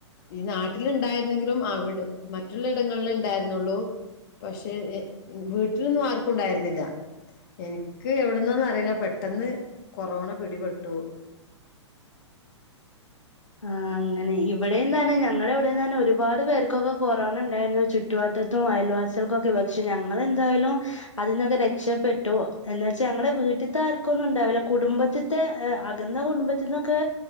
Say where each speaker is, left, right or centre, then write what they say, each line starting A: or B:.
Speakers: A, on the left; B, on the left.
A: ഈ നാട്ടില് ണ്ടായിരുന്നെങ്കിലും അവിടെ മറ്റുള്ള ഇടങ്ങളില ഉണ്ടായിരുന്നുള്ളൂ. പക്ഷേ വീട്ടിലൊന്നും ആർക്കും ണ്ടായിരുന്നില്ല. എനിക്ക് എവിടന്നന്ന അറിയില്ല പെട്ടെന്ന് കൊറോണ പിടിപെട്ടു.
B: ആഹ് അങ്ങനെ ഇവിടെം തന്നെ ഞങ്ങളടെ എവിടെന്ന് തന്നെ ഒരുപാട് പേർക്കൊക്കെ കൊറോണ ഉണ്ടായിന്നു ചു റ്റുവാത്തത്തും അയൽവാസികൾക്കുക്കെ പക്ഷെ ഞങ്ങളെന്തായാലും അതിന്നൊക്കെ രക്ഷപ്പെട്ടു എന്ന വെച്ചാ ഞങ്ങടെ വീട്ടിത്തെ ആർക്കുന്നും ഉണ്ടാവില്ല കുടുംബത്തി ത്തെ എഹ് അകന്ന കുടുംബറ്റുന്നൊക്കെ